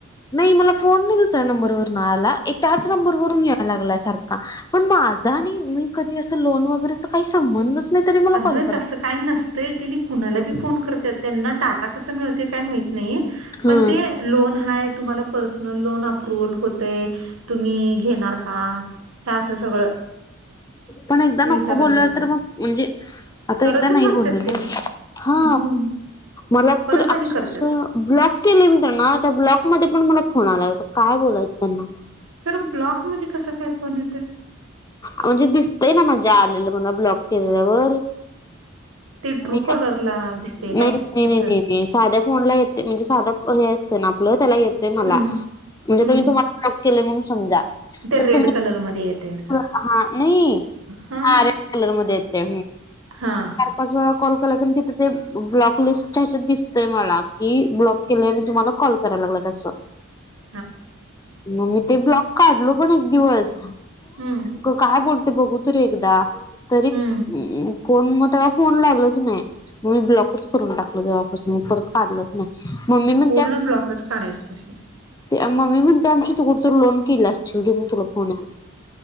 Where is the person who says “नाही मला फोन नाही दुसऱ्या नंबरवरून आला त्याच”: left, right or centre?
Left